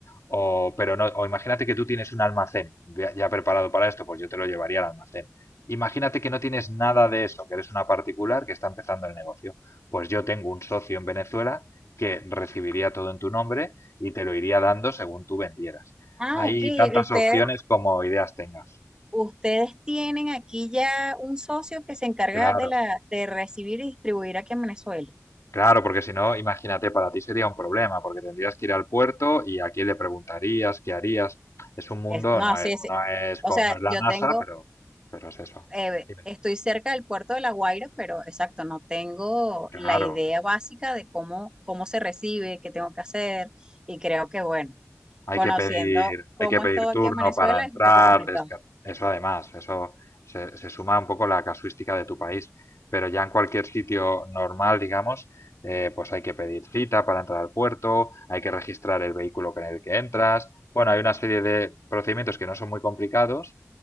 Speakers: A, on the left; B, on the right.
A: O, pero no, o imagínate que tú tienes un almacén ya ya preparado para esto, pues yo te lo llevaría al almacén. Imagínate que no tienes nada de eso, que eres una particular que está empezando el negocio. Pues yo tengo un socio en Venezuela que recibiría todo en tu nombre y te lo iría dando según tú vendieras.
B: Ah,
A: Hay
B: ok,
A: tantas
B: ustedes,
A: opciones como ideas tengas.
B: Ustedes tienen aquí ya un socio que se encarga
A: Claro,
B: de la de recibir y distribuir aquí en Venezuela.
A: claro, porque si no, imagínate, para ti sería un problema, porque tendrías que ir al puerto y a quién le preguntarías, qué harías. Es un mundo,
B: Es- no,
A: no
B: sí,
A: es,
B: sí.
A: no es,
B: O
A: como-
B: sea,
A: no es la
B: yo
A: NASA,
B: tengo,
A: pero, pero es eso.
B: eh,
A: Dime.
B: estoy cerca del puerto de La Guaira, pero exacto, no tengo
A: Claro,
B: la idea básica de cómo, cómo se recibe, qué tengo que hacer. Y creo que, bueno,
A: Hay
B: conociendo
A: que pedir,
B: cómo
A: hay que pedir
B: es todo
A: turno
B: aquí en Venezuela,
A: para entrar,
B: es un poco complicado.
A: desca- eso además, eso se, se suma un poco la casuística de tu país, pero ya en cualquier sitio normal, digamos, eh, pues hay que pedir cita para entrar al puerto, hay que registrar el vehículo con el que entras, bueno, hay una serie de procedimientos que no son muy complicados,